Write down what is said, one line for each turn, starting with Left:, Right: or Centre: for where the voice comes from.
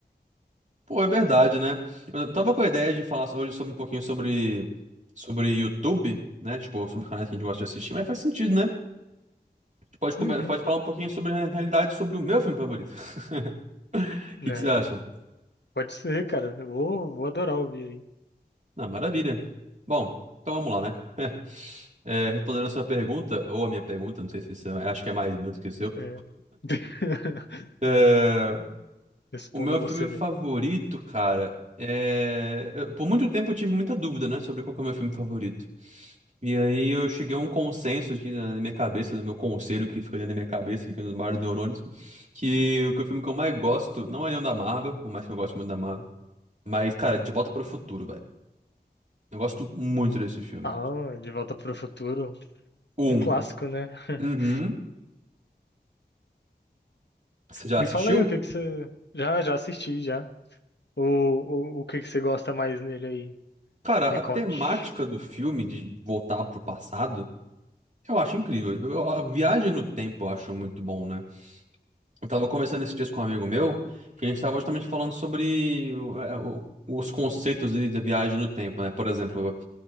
Right: Pô, é verdade, né? Eu tava com a ideia de falar hoje sobre um pouquinho sobre sobre YouTube, né? Tipo, sobre canais que a gente gosta de assistir, mas faz sentido, né? Pode, come-
Left: Uhum,
Right: pode falar um pouquinho sobre, na realidade, sobre o meu filme favorito. <laughs> O
Left: <laughs> né?
Right: que que você acha?
Left: Pode ser, cara. Eu vou, vou adorar ouvir
Right: Ah, maravilha. Bom, então vamos lá, né? <laughs> É, respondendo a sua pergunta, ou a minha pergunta, não sei se isso é, acho que é mais meu do que o seu.
Left: aí. É. <laughs>
Right: É,
Left: É, responda
Right: o meu
Left: você
Right: filme favorito,
Left: mesmo.
Right: cara, é... eu- por muito tempo eu tive muita dúvida, né, sobre qual que é o meu filme favorito. E aí eu cheguei a um consenso aqui na na minha cabeça, no meu conselho que ficou dentro da minha cabeça, aqui com os vários neurônios, que o que o filme que eu mais gosto não é nenhum da Marvel, por mais que eu goste muito da Marvel, mas, cara, De Volta para o Futuro, velho. Eu gosto muito desse filme.
Left: Ah, De Volta para o Futuro.
Right: O
Left: Um
Right: Um.
Left: clássico, né? <laughs>
Right: Uhum. Você já
Left: Me
Right: assistiu?
Left: fala aí o que que você. Já, já assisti, já. O, o, o que que você gosta mais nele aí?
Right: Cara,
Left: Me
Right: a
Left: conte.
Right: temática do filme de voltar pro passado, eu acho incrível. Eu- a viagem no tempo eu acho muito bom, né? Eu tava conversando esses dias com um amigo meu, que a gente tava justamente falando sobre o- é, o- os conceitos de, de viagem no tempo, né? Por exemplo,